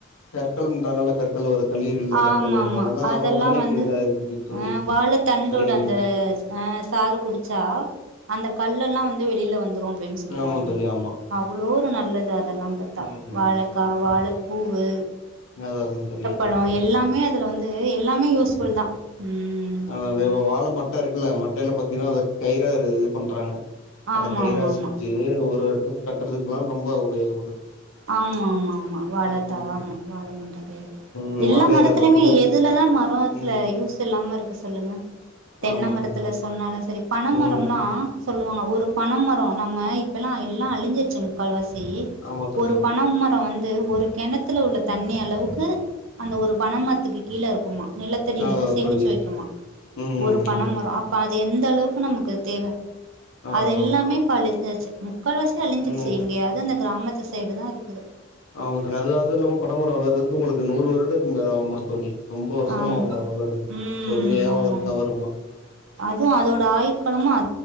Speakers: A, on the left; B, on the right.
A: கற்கள்ன்றாங்கல்ல கற்கள் வருது கல்லீரல்ல
B: ஆமாம்மா
A: கற்கள் வருது
B: அதெல்லா
A: ஒடனே
B: வந்து
A: இதாயிடுது தோழி
B: அஹ் வாழ தண்டோட
A: சரியாகிடு
B: அந்த அஹ் சாறு குடிச்சா அந்த கல்லெல்லா வந்து வெளியில வந்துரு அப்டின் சொல்லுவாங்க
A: ஆமா தோழி ஆமா
B: அவ்ளோ ஒரு நல்லது அதெல்லாம் பாத்தா
A: ம்
B: வாழக்கா வாழ பூவூ
A: அதா அதா தோழி
B: ப்பழோ எல்லாமே அதுல வந்து எல்லாமே யூஸ்புல் தா ம்
A: அததா இப்ப வாழ மட்டை இருக்குல்ல மட்டையில பாத்தீங்கனா அத கயிற இது பண்றாங்க அத
B: ஆமாமாமா
A: கயிறா செஞ்சு ஒரு இடத்துக்கு கட்டுறதுக்குல்லா ரொம்ப உபயோகப்படுது
B: ஆம்மா ஆம்மா ஆமா வாழ
A: ம்
B: தார் ஆமா வாழ மாட்ட
A: ம்
B: எல்லா
A: வாழ
B: மரத்துலயுமே
A: இல பாத்தீங்கன்னா
B: எதுலதா மரோத்துல
A: ம்
B: யூஸ் இல்லாம இருக்கு சொல்லுங்க தென்ன
A: ஆமா
B: மரத்துல
A: தோழி ஆமா
B: சொன்னாலும் சரி பனமரம்லா
A: ம்
B: சொல்லுவாங்க ஒரு பணமரோ நம்ம இப்பல்லா எல்லா அழிஞ்சிச்சி முக்கால்வாசி
A: ஆமா தோழி
B: ஒரு
A: ஆமா
B: பனமரோம் வந்து அது ஒரு கிணத்து உள்ள தண்ணி அளவுக்கு அந்த ஒரு பனைமரத்துக்கு கீழ இருக்குமா நிலத்தடி நீர
A: அதா அதா
B: சேமிச்சி
A: தோழி
B: வைக்குமா
A: ம்
B: ஒரு பனமரோ
A: அதா தோழி
B: அப்ப அது எந்தளவுக்கு நமக்கு தேவை
A: அதா
B: அது
A: அதா
B: எல்லாமே அழிஞ்சாச்சு முக்கால்வாசி அழிஞ்சிருச்சு
A: ம்
B: எங்கேயாவது அந்த கிராமத்து சைடு தா இருக்குது
A: ஆமா தோழி அது அதுவும் இல்லாம பனமரம் வளர்றதுக்கு உங்களுக்கு நூறு வருடத்துக்கு மேல ஆவுமா தோழி ரொம்ப வருஷம்
B: ஆம்
A: ஆவுமா அது வளர்றதுக்கு
B: ம்
A: பொறுமையா
B: ஆமா
A: வளந்துதா
B: ஆமா
A: வருமா
B: அதுவு அதோட ஆயுட்காலம் அ